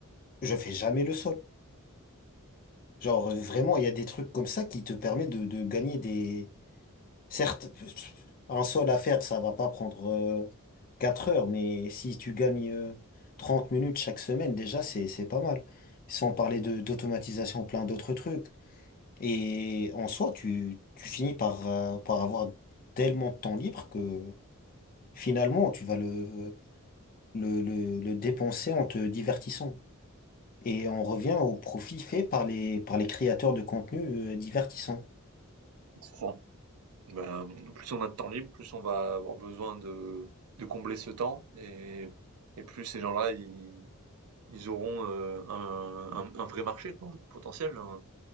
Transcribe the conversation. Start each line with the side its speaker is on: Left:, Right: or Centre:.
Left: je fais jamais le sol. Genre vraiment, il y a des trucs comme ça qui te permettent de, de gagner des... Certes, un sol à faire, ça va pas prendre euh, 4 heures, mais si tu gagnes euh, 30 minutes chaque semaine, déjà, c'est, c'est pas mal. Sans parler de d'automatisation, plein d'autres trucs. Et en soi, tu, tu finis par, euh, par avoir tellement de temps libre que finalement, tu vas le le, le, le dépenser en te divertissant. Et on revient au profit fait par les, par les créateurs de contenu euh, divertissant.
Right: C'est ça. Ben, plus on a de temps libre, plus on va avoir besoin de, de combler ce temps et, et plus ces gens-là, ils, ils auront euh, un, un, un vrai marché, quoi, potentiel, un,